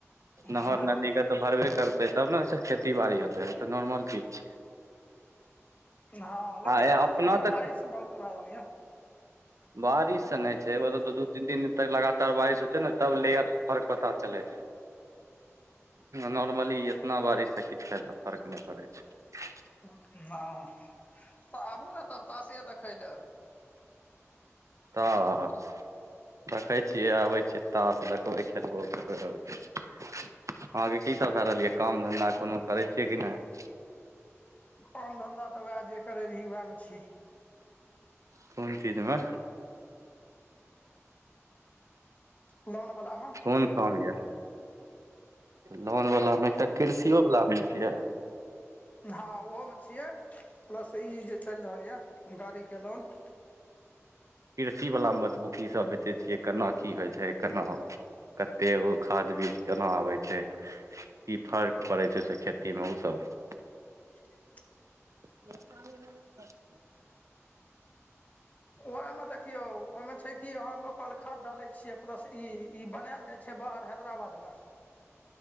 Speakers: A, on the left; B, on the right.
A: नहि
B: नहर नदी
A: नहि
B: के तऽ भरबे करतै तब ने खेती बाड़ी हेतै तऽ नोर्मल चीज छै
A: हँ लेकिन
B: छै
A: अपना
B: आ
A: सबके अभी
B: से
A: बारिश बहुत भए रहल य
B: बारिशसँ नहि छै मतलब दू दू तीन तीन दिन तक लगातार बारिश होत छै ने तब लेयर फर्क पता चलै छै
A: <inaudible>
B: नॉर्मली इतना बारीसँ किछ फायदा फर्क नहि पड़ै छै
A: हँ तऽ आबू ने तब तासे देखय लए
B: तऽ देखै छियै आबै छियै तास देखबै खेलबो करबै आओर अहाँके की सब भए रहल यै काम धन्धा कोनो करै छियै कि नहि
A: कम धन्धा तऽ उएह जे करैत रही उएहमे छी
B: कोन चीजमे
A: लोन वला मे
B: कोन काम या लोन बला मे एकटा कृषियो वला मे छियै
A: हँ ओहोमे छियै प्लस ई जे चलि रहल यऽ गाड़ीके लोन
B: कृषि वला मे बतबू की सब बेचै छियै केना की होइ छै केना कतेगो खाद बीज केना आबै छै की फर्क पड़ै छै से खेतीमे ओसभ
A: <unintelligible>
B: एक
A: उह में देखियो ओहि में छै की यहां लोकल खाद डाले छीये प्लस ई इ बनायल जाय छै बाहर हैदराबादमे